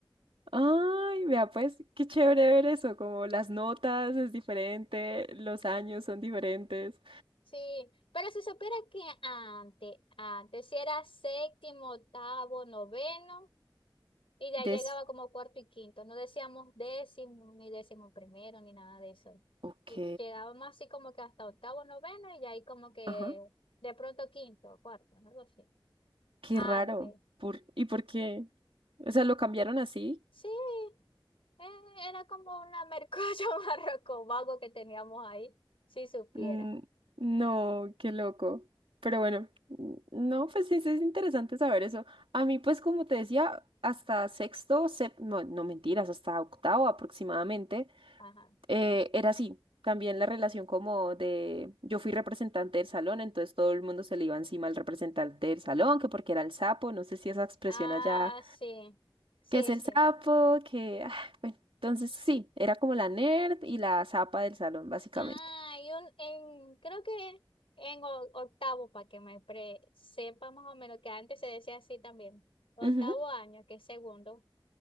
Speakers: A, on the right; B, on the left.
A: Ay, vea pues, qué chévere ver eso, como las notas es diferente, los años son diferentes.
B: Sí, pero si supiera que antes, antes, si era séptimo, octavo, noveno. Y de
A: Des.
B: ahí llegaba como cuarto y quinto. No decíamos décimo, ni décimo primero, ni nada de eso.
A: Ok.
B: Lle- Llegábamos así como que hasta octavo, noveno, y de ahí como que
A: Ajá.
B: de pronto quinto, cuarto, algo así.
A: Qué
B: Antes.
A: raro. Por... ¿Y por qué? O sea, ¿lo cambiaron así?
B: Sí, eh, era como una mercocho <laughs> barroco vago que teníamos ahí, si supiera.
A: Mm, no, qué loco. Pero bueno, mm, no, pues sí, sí es interesante saber eso. A mí, pues como te decía, hasta sexto, sep- no, no mentiras, hasta octavo aproximadamente,
B: Ajá.
A: eh, era así. También la relación como de, yo fui representante del salón, entonces todo el mundo se le iba encima al representante del salón, que porque era el sapo, no sé si esa expresión
B: Ah,
A: allá
B: sí. Sí,
A: que es el
B: sí.
A: sapo, que... ah, bueno, entonces sí, era como la nerd y la zapa del salón, básicamente.
B: Ah, hay un, en, creo que en o- octavo, para que me pre- sepa más o menos, que antes se decía así también, octavo
A: Ujú,
B: año, que es segundo.